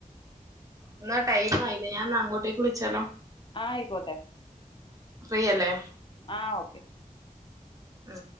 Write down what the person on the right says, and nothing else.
ഇന്നാ ടൈമായില്ലേ ഞാൻ അങ്ങോട്ടേക്ക് വിളിച്ചാലോ
ഫ്രീ അല്ലേ
ഉം